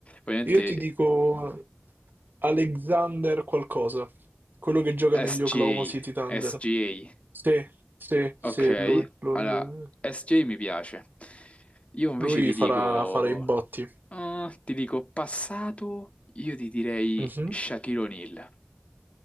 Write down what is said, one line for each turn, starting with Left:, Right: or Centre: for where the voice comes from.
Left: Ovviamente
Right: io ti dico Alexander qualcosa, quello che gioca
Left: SGA,
Right: negli Oklahoma City Thunder.
Left: SGA,
Right: Sì, sì, sì,
Left: ok,
Right: lui, lui,
Left: allora
Right: lui,
Left: SGA mi piace. Io invece
Right: lui
Left: ti
Right: farà,
Left: dico,
Right: farà i botti.
Left: ah, ti dico passato, io ti direi
Right: Mhm.
Left: Shaquille O'Neal.